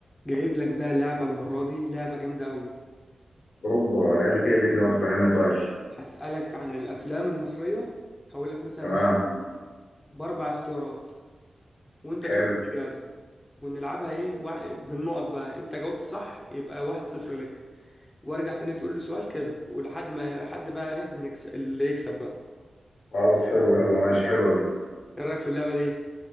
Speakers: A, on the left; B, on the left.
A: جايب لك بقى لعبة المرة دي لعبة جامدة قوي
B: اوبا لعبة ايه دي كده ما تفهمني طيب
A: هسألك عن الأفلام المصرية هقول لك مثلا
B: تمام
A: سؤال بأربع اختيارات وأنت تقول
B: حلو
A: لي الإجابة ونلعبها إيه وع- بالنقط بقى أنت جاوبت صح يبقى واحد صفر لك وأرجع تاني تقول لي سؤال كده ولحد ما حد بقى إيه ما نكسب اللي يكسب بقى
B: خلاص حلو يلا ماشي حلوة دي
A: إيه رأيك في اللعبة دي